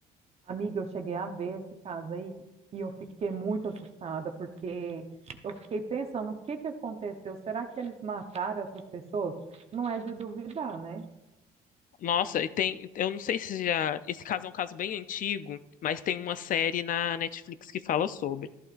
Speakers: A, on the right (about 40°); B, on the left (about 55°).
A: Amiga, eu cheguei a ver esse caso aí e eu fiquei muito assustada porque eu fiquei pensando o que que aconteceu? Será que eles mataram essas pessoas? Não é de duvidar, né?
B: Nossa, e tem, eu não sei se já, esse caso é um caso bem antigo, mas tem uma série na Netflix que fala sobre